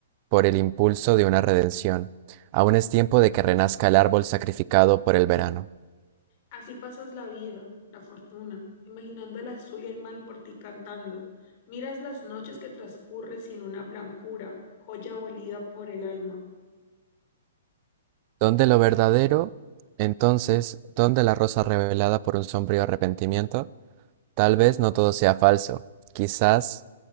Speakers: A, on the right; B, on the left.
A: por el impulso de una redención. Aún es tiempo de que renazca el árbol sacrificado por el verano.
B: Así pasas la vida, la fortuna, imaginando el azul y el mal por ti cantando. Miras las noches que transcurre sin una blancura, joya abolida por el alma.
A: ¿Dónde lo verdadero? Entonces, ¿dónde la rosa revelada por un sombrío arrepentimiento? Tal vez no todo sea falso. Quizás